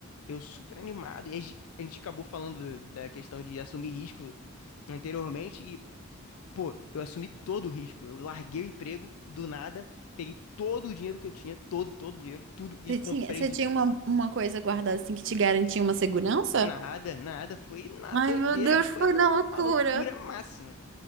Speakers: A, on the left; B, on the right.
A: Eu super animado, e a gente a gente acabou falando da questão de assumir risco anteriormente, Pô, eu assumi todo o risco. Eu larguei o emprego do nada, peguei todo o dinheiro que eu tinha, todo, todo o dinheiro, tudo, e
B: Você
A: comprei
B: tinha, você
A: de
B: tinha uma, uma coisa guardada assim que te garantia uma segurança?
A: nada, nada. Foi na doideira,
B: Ai, meu Deus,
A: foi
B: foi
A: no-
B: na loucura.
A: na loucura máxima.